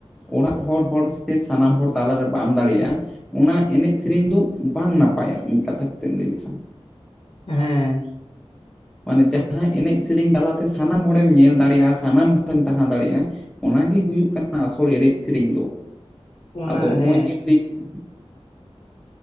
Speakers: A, in the centre; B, on the left.
A: ᱚᱲᱟᱜ ᱦᱚᱲ ᱦᱚᱲᱜᱮ ᱥᱮ ᱥᱟᱱᱟᱢ ᱦᱚᱲ ᱛᱟᱞᱟᱨᱮ ᱵᱟᱢ ᱫᱟᱲᱮᱭᱟᱜᱼᱟ ᱚᱱᱟ ᱮᱱᱮᱡ ᱥᱮᱨᱮᱧ ᱫᱚ ᱵᱟᱝ ᱱᱟᱯᱟᱭᱟ ᱢᱤᱫ ᱠᱟᱛᱷᱟ ᱛᱮᱢ ᱞᱟᱹᱭ ᱞᱮᱠᱷᱟᱱ
B: ᱦᱮᱸ
A: ᱢᱟᱱᱮ ᱡᱟᱦᱟᱸᱭ ᱮᱱᱮᱡ ᱥᱮᱨᱮᱧ ᱛᱟᱞᱟᱛᱮ ᱥᱟᱱᱟᱢ ᱦᱚᱲᱮᱢ ᱧᱮᱞ ᱫᱟᱲᱮᱭᱟᱜᱼᱟ ᱥᱟᱱᱟᱢ ᱦᱚᱲᱮᱢ ᱛᱟᱦᱟᱸ ᱫᱟᱲᱮᱭᱟᱜᱼᱟ ᱚᱱᱟᱜᱮ ᱦᱩᱭᱩᱜ ᱠᱟᱱᱟ ᱟᱥᱚᱞ ᱮᱱᱮᱡ ᱥᱮᱨᱮᱧ ᱫᱚ
B: ᱚᱱᱟ
A: ᱟᱫᱚ ᱱᱚᱜᱼᱚᱭ
B: ᱦᱮᱸ
A: ᱡᱮᱢ ᱞᱟᱹᱭ ᱠᱮᱫᱟ